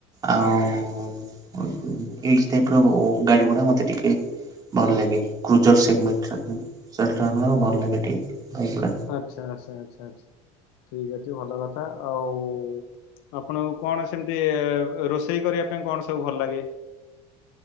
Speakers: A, on the right (about 30°); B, on the left (about 80°).
A: ଆଉ ଏଇ ଟାଇପ ର ଗାଡି ଗୁଡା ମତେ ଟିକେ ଭଲ ଲାଗେ କ୍ରୁଜରମ ସେ ଭଲ ଲାଗେ ଟିକେ। ବାଇକ୍ ଗୁଡ଼ା
B: ଆଚ୍ଛା ଆଚ୍ଛା ଆଚ୍ଛା ଆଛା ଠିକ ଅଛି ଭଲ କଥା ଆଉ। ଆପଣଙ୍କୁ କଣ ସେମିତି ରୋଷେଇ କରିବା ପାଇଁ କଣ ସବୁ ଭଲ ଲାଗେ।